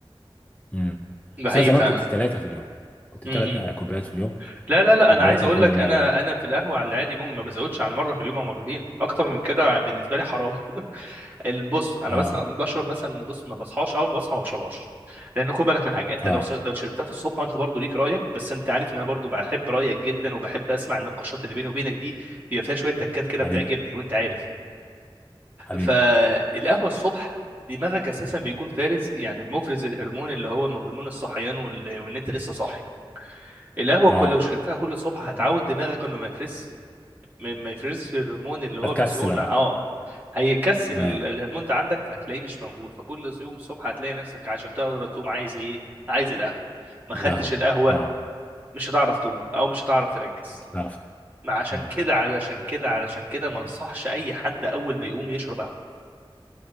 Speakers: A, on the left; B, on the right.
A: امم
B: ده
A: بس
B: حقيقي
A: انا زمان
B: فعلا
A: كنت ثلاثه في اليوم كنت
B: مم.
A: ثلاث كوبايات في اليوم
B: لا لا لا
A: ودلوقتي
B: انا عايز اقول
A: الحمد
B: لك
A: لله
B: انا
A: على
B: انا في القهوه على العادي ممكن ما بزودش عن مره في اليوم او مرتين اكتر من كده بالنسبه لي حرام ال- بص انا
A: اه
B: بس بشرب مثلا بص ما بصحاش اول ما بصحى ما بشربهاش لان خد بالك من حاجه انت
A: اه
B: لو س- لو شربتها في الصبح وانت برضو ليك رايك بس انت عارف ان انا برضو بحب رايك جدا وبحب اسمع النقاشات اللي بيني وبينك دي بيبقى فيها شويه تكات كده
A: حبيبي
B: بتعجبني وانت عارف
A: حبيبي
B: فالقهوه الصبح دماغك اساسا بيكون فارز يعني مفرز الهرمون اللي هو هرمون الصحيان وال- وان انت لسه صاحي القهوه
A: اه
B: كل لو شربتها كل صبح هتعود دماغك انه ما يفرز ما ما يفرزش الهرمون اللي هو
A: اتكسل
B: المسؤول
A: اه
B: اه هيكسل
A: تمام
B: ال- الهرمون ده عندك فهتلاقيه مش موجود فكل يوم الصبح هتلاقي نفسك عشان تقدر تقوم عايز ايه عايز القهوة ما خدتش
A: القهوه
B: القهوة
A: اه
B: مش هتعرف تقوم او مش هتعرف تركز
A: مش هتعرف
B: ما عشان
A: مم.
B: كده علشان كده علشان كده ما انصحش اي حد اول ما يقوم يشرب قهوة